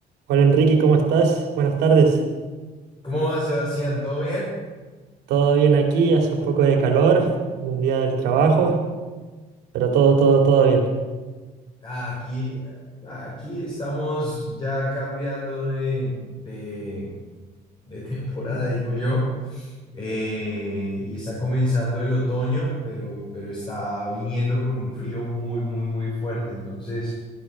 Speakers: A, on the right; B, on the left.
A: Hola Enrique, ¿cómo estás? Buenas tardes.
B: ¿Cómo va, Sebastián? ¿Todo bien?
A: Todo bien aquí, hace un poco de calor en el día del trabajo, pero todo, todo, todo bien.
B: Ah, aquí, ah, aquí estamos ya cambiando de, de- de temporada, digo yo, Eh, y está comenzando el otoño, pero, pero está viniendo con un frío muy, muy, muy fuerte, entonces